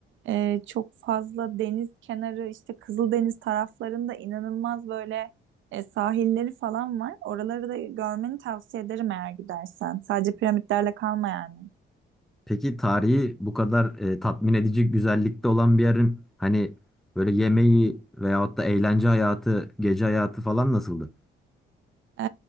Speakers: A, on the right (about 75°); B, in the centre.
A: e, çok fazla deniz kenarı işte Kızıldeniz taraflarında inanılmaz böyle e, sahilleri falan var. Oraları da görmeni tavsiye ederim eğer gidersen. Sadece piramitlerle kalma yani.
B: Peki tarihi bu kadar e, tatmin edici güzellikte olan bir yerin hani böyle yemeği veyahut da eğlence hayatı, gece hayatı falan nasıldı?
A: E,